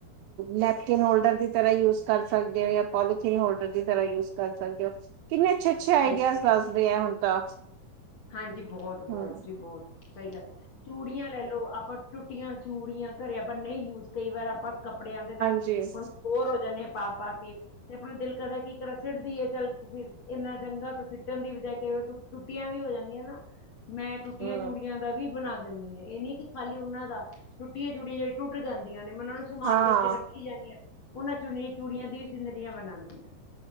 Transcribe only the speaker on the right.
ਨੈਪਕਿਨ ਹੋਲਡਰ ਦੀ ਤਰ੍ਹਾਂ ਯੂਜ ਕਰ ਸਕਦੇ ਹੋ ਜਾਂ ਪੋਲੀਥੀਨ ਹੋਲਡਰ ਦੀ ਤਰ੍ਹਾਂ ਯੂਜ਼। ਕਰ ਸਕਦੇ ਹੋ, ਕਿੰਨੇ ਅੱਛੇ, ਅੱਛੇ
ਆਈਡੀਆਜ਼
ਦੱਸਦੇ ਆ ਹੁਣ ਤਾਂ।
ਹਾਂਜੀ
ਹਾਂਜੀ ਹਮ
ਹਮ
ਹਾਂ